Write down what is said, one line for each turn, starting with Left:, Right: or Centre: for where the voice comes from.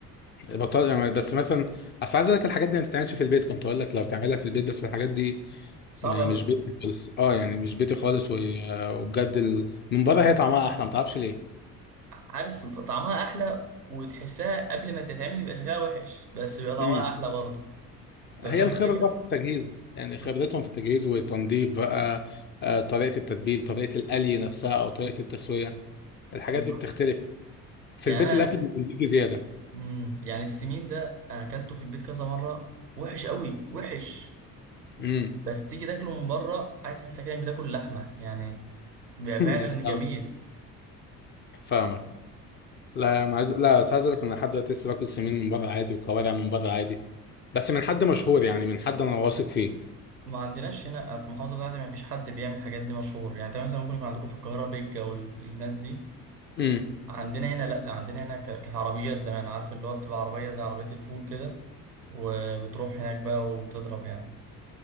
Left: بطل يعني بس مثلا اصل عايز اقول لك الحاجات دي ما بتتعملش في البيت كنت اقول لك لو تعملها في البيت بس الحاجات دي
Right: صعب
Left: م-
Right: قوي
Left: مش بيتي خالص اه يعني مش بيتي خالص و- وبجد ال... من بره هي طعمها احلى ما تعرفش ليه
Right: عارف طعمها احلى وتحسها قبل ما تتعمل بيبقى شكلها وحش بس بيبقى طعمها
Left: امم
Right: احلى برضه انت
Left: هي
Right: فاهم
Left: الخبره
Right: الفكرة
Left: بقى في التجهيز يعني
Right: ب-
Left: خبرتهم في التجهيز والتنظيف بقى آه، طريقه التتبيل طريقه القلي نفسها او طريقه التسويه الحاجات
Right: بالظبط
Left: دي بتختلف في
Right: يعني
Left: البيت الاكل
Right: انا
Left: بيجي زياده
Right: امم يعني السمين ده انا اكلته في البيت كذا مره وحش قوي وحش
Left: امم
Right: بس تيجي تاكله من بره عارف تحس كأنك بتاكل لحمه يعني بيبقى
Left: <laughs>
Right: فعلا جميل
Left: فاهمك لا يا عم عايز لا بس عايز اقول لك إن انا لحد دلوقتي لسه باكل سمين من بره عادي وكوارع من بره عادي بس من حد مشهور يعني من حد انا واثق فيه
Right: ما عندناش هنا في المحافظه بتاعتي ما فيش حد بيعمل الحاجات دي مشهور يعني انت مثلا ممكن يكون عندكم في القاهره بيجا والناس دي
Left: امم
Right: عندنا هنا لا عندنا هنا ك- كانت عربيات زمان عارف اللي هو بتبقى عربيه زي عربيه الفول كده وبتروح هناك بقى وتضرب يعني